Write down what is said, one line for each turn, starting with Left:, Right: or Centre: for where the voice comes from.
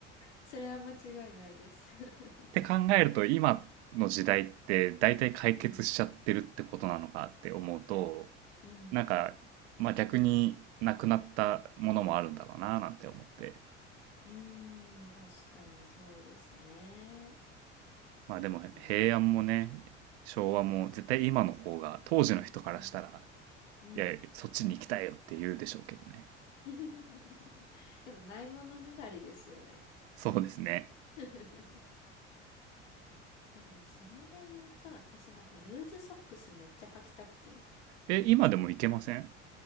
Left: それは間違いないです。<laughs>
Right: って考えると、今の時代って大体解決しちゃってるってことなのかって思うと、
Left: うん。うん。
Right: なんか、まあ逆になくなったものもあるんだろうななんて思って。
Left: うーん、確かにそうですね。
Right: まあでも平安もね、
Left: なんか、あ、
Right: 昭和も絶対今の方が当時の人からしたら
Left: うん、うん、うん。
Right: いやいや、そっちに行きたいよって言うでしょうけどね。
Left: <laughs> でも、ないものねだりですよね。
Right: そうですね。
Left: <laughs> え、でも、それで言うと、私なんか、ルーズソックスめっちゃ履きたくて。
Right: え、今でも行けません